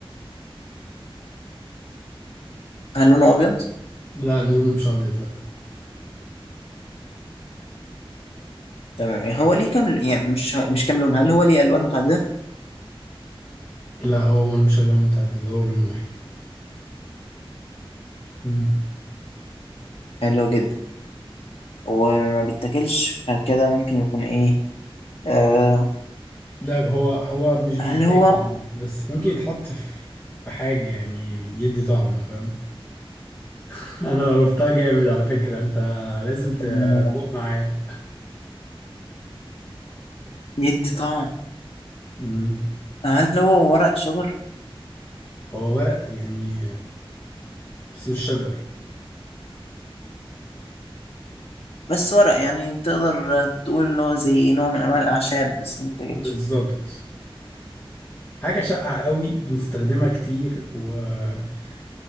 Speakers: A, on the left; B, on the left.
A: هل لونه ابيض
B: لا لونه مش ابيض لا
A: تمام يعني هو ليه كام يعني مش مش كام لون هل هو ليه الوان متعدده
B: لا هو ملوش الوان متعددة هو لون واحد مم.
A: حلو جدا وما بيتاكلش فكده ممكن يكون ايه آه
B: لا هو هو مش بيتاكل
A: هل هو
B: يعني، بس ممكن يتحط في في حاجة يعني يدي طعم فاهم <laughs> انا قربتها جامد على فكرة انت لازم تفوق
A: آه،
B: معايا
A: يدي طعم
B: مم.
A: هل هو ورق شجر
B: هو ورق يعني بس مش شجر
A: بس ورق يعني تقدر تقول ان هو زي نوع من انواع الاعشاب بس ما بيتاكلش
B: بالظبط حاجة شائعة قوي بنستخدمها كتير و انت